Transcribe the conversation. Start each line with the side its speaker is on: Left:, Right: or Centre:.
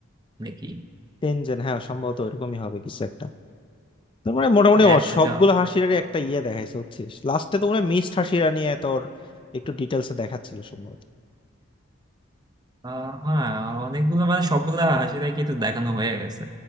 Right: নাকি
Left: তিনজন হ্যাঁ সম্ভবত ওইরকমই হবে কিছু একটা তোর মানে মোটামুটি ও
Right: একসাথে
Left: সবগুলো হাসিরারই একটা ইয়ে দেখাইছে বুঝছিস লাস্টে তো মনে হয় মিসড হাসিরা নিয়ে তোর একটু ডিটেলসে দেখাচ্ছিল সম্ভবত
Right: আহ, হ্যাঁ অনেকগুলো মানে সবগুলা হাসি দেখি তো দেখানো হয়ে গেছে